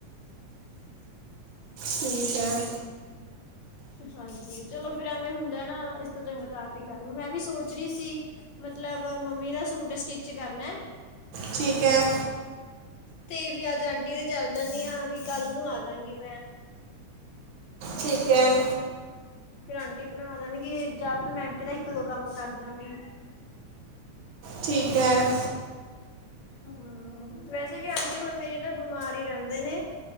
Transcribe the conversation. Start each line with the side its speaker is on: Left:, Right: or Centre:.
Right: ਠੀਕ ਹੈ।
Left: ਹਾਂਜੀ ਚਲੋ ਫੇਰ ਐਵੇਂ ਹੁੰਦਾ ਨਾ ਇਸ ਤੋਂ ਚੰਗਾ ਹੀ ਕਰ ਲਓ ਮੈਂ ਵੀ ਸੋਚ ਰਹੀ ਸੀ ਮਤਲਬ ਮੰਮੀ ਦਾ ਸੂਟ ਸਟਿਚ ਕਰਨਾ।
Right: ਠੀਕ ਹੈ।
Left: ਤੇ ਵੀ ਅੱਜ ਆਂਟੀ ਤੇ ਚੱਲ ਜਾਣੀ ਆ ਵੀ ਕੱਲ ਨੂੰ ਆ ਜਾ ਗਈ ਮੈਂ।
Right: ਠੀਕ ਹੈ।
Left: ਫੇਰ ਆਂਟੀ ਬਣਾ ਦੇਣਗੇ ਜਾਂ ਫਿਰ ਮੈਂ ਆਂਟੀ ਦਾ ਇੱਕ ਦੋ ਕੰਮ ਕਰ ਦਾਗੀ।
Right: ਠੀਕ ਹੈ
Left: ਹੂੰ ਵੈਸੇ ਵੀ ਆਂਟੀ ਹੁਣ ਮੇਰੇ ਨਾ ਬਿਮਾਰ ਹੀ ਰਹਿੰਦੇ ਨੇ